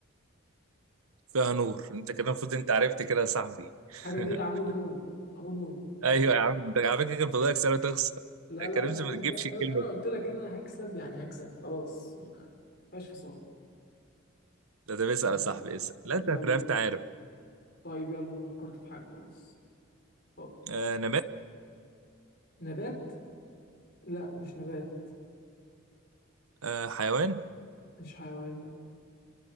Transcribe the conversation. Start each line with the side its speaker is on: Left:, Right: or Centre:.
Right: فيها نور انت كده المفروض انت عرفت كده يا صاحبي
Left: الحاجة
Right: <laughs>
Left: دي عمود النور عمود نور
Right: ايوه يا عم ده على فكره كان فاضلك سنه تخسر
Left: لا
Right: يا
Left: لا
Right: كريم
Left: عيب عليك
Right: ما
Left: بقى
Right: تجيبش الكلمه
Left: عيب- انا
Right: دي
Left: قلت لك انا هكسب يعني هكسب خلاص ما فيهاش فصال
Right: لا طب اسال
Left: طيب
Right: يا صاحبي اسال لا انت
Left: يلا
Right: عرفت
Left: بينا
Right: عارف
Left: طيب يلا انا فكرت في حاجه خلاص اتفضل
Right: آه نبات
Left: نبات لا مش نبات
Right: آه حيوان
Left: مش حيوان لا